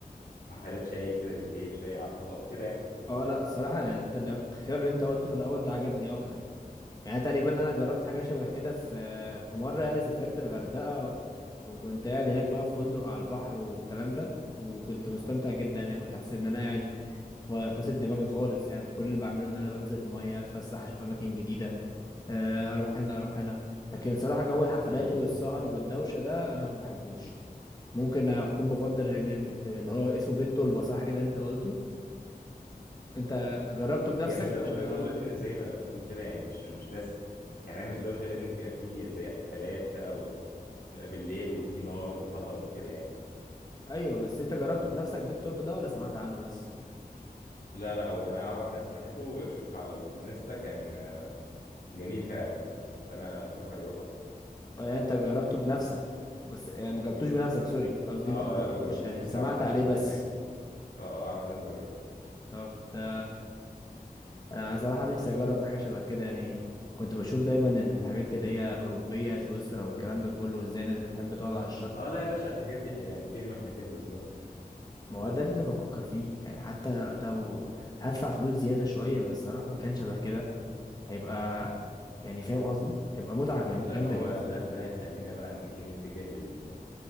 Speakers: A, on the left (about 65°); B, on the left (about 25°).
A: وحفلات شاي كده بالليل شاي على الحطب كده يعني
B: اه لا الصراحة يعني انت ال- الخيار اللي انت قلته في الاول ده عجبني اكتر يعني تقريبا انا جربت حاجة شبه كده في في مرة يعني سافرت الغردقة وكنت قاعد هناك بقى في فندق على البحر والكلام ده وكنت مستمتع جدا انا كنت حاسس ان انا قاعد فا- فاصل دماغي خالص يعني كل اللي بعمله ان انا بنزل الميه اتفسح اشوف اماكن جديده آه، اروح هنا اروح هنا لكن صراحه جو الحفلات
A: امم
B: والسهر والدوشه ده انا ما بحبوش ممكن اكون بفضل ال- ال- اللي هو اسمه بيت طلبه صح كده اللي انت قلته انت جربته بنفسك
A: هي مش دوشة
B: ولا
A: قوي برضو لأن زي ما بتقول كده يعني مش مش ناس يعني هي مش دوشة لأن بيبقى فيه زي احتفالات بقى و... وبتبقى بالليل وفي نار وحطب وكده يعني
B: ايوه بس انت جربته بنفسك بيت طلبه ده ولا سمعت عنه بس
A: لا لا هو أنا أعرف ناس راحته وشفته على الانستا كان جميل فعلا يعني فأنا بفكر أروح أصلا
B: آه، يعني انت جربته بنفسك بس يعني ما جربتوش بنفسك سوري قصدي
A: آه
B: انت ما جربتوش
A: آه لا ما جربتوش
B: يعني
A: بس
B: سمعت
A: أعرف ناس
B: عليه
A: جربته
B: بس
A: يعني آه آه أعرف ناس جربته
B: طب ده انا صراحة نفسي اجرب حاجة شبه كده يعني كنت بشوف دايما الحاجات اللي هي اوروبية سويسرا والكلام ده كله ازاي الناس بتحب تقعد على الشط
A: آه لا يا باشا الحاجات دي يعني فين وإحنا فين بالظبط
B: ما هو ده اللي بفكر فيه يعني حتى لو هدفع فلوس زيادة شوية بس اروح مكان شبه كده هيبقى يعني فاهم قصدي هيبقى متعة جام-
A: لا
B: جامدة
A: ما هو
B: جدا
A: ده ده هيخلينا بقى ان ايه نتجه لل...